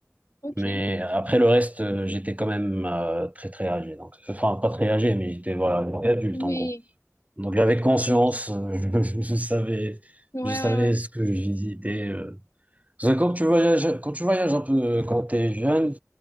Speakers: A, on the left (about 80°); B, on the right (about 25°).
A: ok.
B: Mais après le reste, euh, j'étais quand même euh, très très âgé. Donc, enfin, pas très âgé, mais j'étais voilà, adulte
A: Oui,
B: en gros. Donc j'avais conscience,
A: ok, ok.
B: euh, <laughs> je, je savais,
A: Ouais,
B: je savais
A: ouais, ouais.
B: ce que je visitais. euh. Parce que quand tu voyages, quand tu voyages un peu, euh, quand tu es jeune,